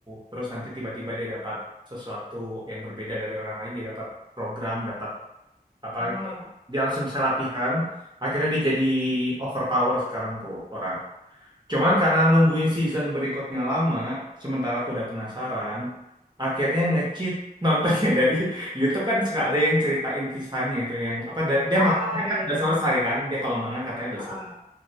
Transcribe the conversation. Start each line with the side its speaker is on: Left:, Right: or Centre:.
Right: terus nanti tiba-tiba dia dapat sesuatu yang berbeda dari orang lain, dia dapat program, dapat apa
Left: Heeh.
Right: ter- dia langsung bisa latihan akhirnya dia jadi overpower sekarang tuh orang cuman karena nungguin season berikutnya lama sementara aku udah penasaran akhirnya nge-cheat nontonnya <laughs> dari YouTube kan suka ada yang ceritain kisahnya itu yang apa da- dia
Left: Ah,
Right: manganya
Left: iya.
Right: kan udah selesai kan dia kalau manga katanya udah
Left: Heeh,
Right: selesai